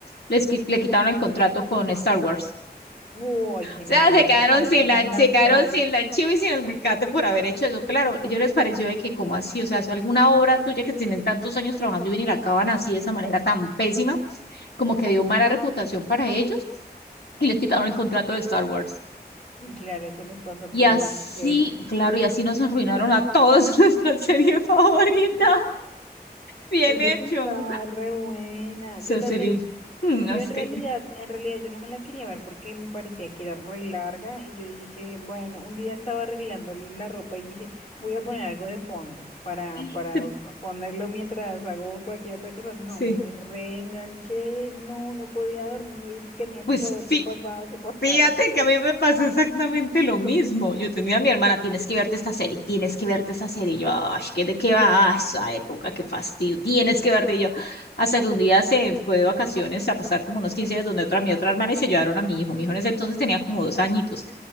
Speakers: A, on the left; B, on the left.
A: les qui- le quitaron el contrato con Star Wars
B: Uy, qué
A: sea,
B: mal,
A: se
B: o
A: quedaron
B: sea, perdieron
A: sin la,
B: las
A: se quedaron
B: dos.
A: sin la archivo y sin el mecate por haber hecho eso. Claro, yo les pareció de que, como así? O sea, alguna obra tuya que tienen tantos años trabajando y ven y la acaban así de esa manera tan pésima, como que dio mala reputación para ellos y les quitaron el contrato de Star Wars.
B: Y claro, eso les pasa
A: Y
B: por
A: así,
B: avariciosos.
A: claro, y así nos arruinaron a todos <laughs> nuestra serie
B: <laughs>
A: favorita. Bien
B: Sí, porque
A: hecho.
B: estaba re buena.
A: Esa
B: Yo también,
A: serie. mm,
B: yo
A: es
B: en realidad,
A: que-
B: en realidad yo no me la quería ver porque me parecía que era re larga y yo dije, bueno, un día estaba arreglando la ropa y dije, voy a poner algo de fondo para,
A: ay,
B: para
A: se-
B: ponerlo mientras hago cualquier otra cosa. No,
A: Sí.
B: me reenganché, no, no podía dormir, tenía
A: Pues
B: que saber
A: sí,
B: qué pasaba, qué pasaba.
A: Fíjate que a mí me pasó exactamente lo mismo. Yo tenía a mi hermana, tienes que verte esta serie, tienes que verte esta serie. Y yo, ay, ¿qué, ¿de qué va a esa época? Qué fastidio, tienes que verte. Y yo, hasta que un día se fue de vacaciones a pasar como unos 15 días donde otra, mi otra hermana y se llevaron a mi hijo. Mi hijo en ese entonces tenía como dos añitos.